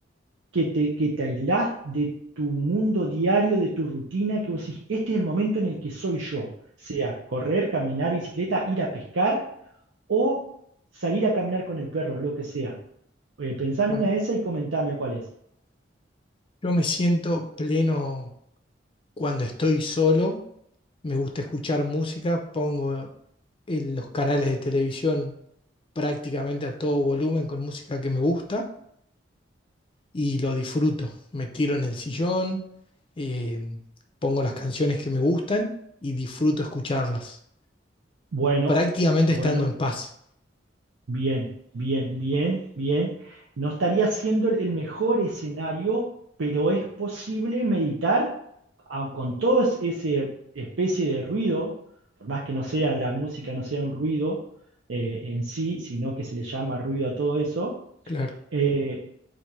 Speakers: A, on the right (about 85°); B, on the left (about 30°).
A: que te, que te aislás de tu mundo diario, de tu rutina, que vos decís, este es el momento en el que soy yo, sea correr, caminar, bicicleta, ir a pescar o salir a caminar con el perro, lo que sea. Eh, pensá en
B: Am-
A: una de esas y comentame cuál es.
B: Yo me siento pleno cuando estoy solo me gusta escuchar música, pongo el- los canales de televisión prácticamente a todo volumen con música que me gusta y lo disfruto. Me tiro en el sillón, eh, pongo las canciones que me gustan y disfruto escucharlas,
A: Bueno,
B: prácticamente
A: bueno.
B: estando en paz.
A: Bien, bien, bien, bien. No estaría siendo el el mejor escenario, pero es posible meditar aun con todo es- ese especie de ruido, por más que no sea la música, no sea un ruido eh, en sí, sino que se le llama ruido a todo eso,
B: Claro,
A: eh,